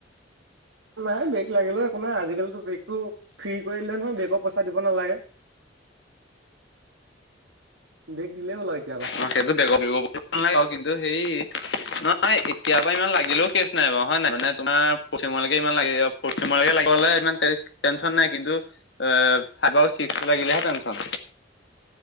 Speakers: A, on the right; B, on the left.
A: নাই ব্ৰেগ লাগিলে একো নাই, আজিকালিতো ব্ৰেগতটো ফ্ৰী কৰি দিলে নহয়, ব্ৰেগৰ পইচা দিব নালাগে। বেগ দিলেও লয় কেতিয়াবা।
B: অ সেইটো বেগৰ বেগ নাগে কিন্তু হে নহয় এতিয়াৰা ইমান লাগিলেও কে। নাই বাৰ, হয় নাই। মানে তোমাৰ ফ'ৰ্থ চেমলৈকে ইমান লাগিব। ফ'ৰ্থ চেমলৈকে লাগে হ'লে। টেনচন নাই কিন্তু অ ফাইভ আৰু ছিক্স টো লাগিলেহে টেনচন।